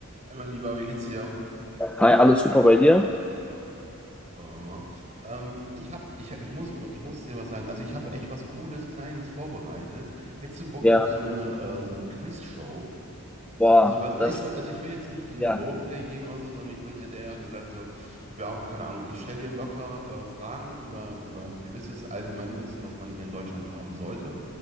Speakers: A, on the right; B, in the centre.
A: Hey mein Lieber, wie geht's dir?
B: Hi, alles super bei dir?
A: Ja, auch Boah, hör mal. Ähm, ich hab, ich, ich muss, ich muss dir was sagen. Also ich habe echt was Cooles, Kleines vorbereitet. Hättest du Bock
B: Ja,
A: auf so eine, äh, so eine Quiz-Show?
B: boah,
A: Also, was, also,
B: das,
A: ich, will- also ich will jetzt nicht in
B: ja,
A: Roleplay gehen oder so, sondern ich würde, hätte eher gesagt so, ja, keine Ahnung, ich stelle dir locker äh, Fragen über, über gewisses Allgemeinwissen, was man hier in Deutschland haben sollte.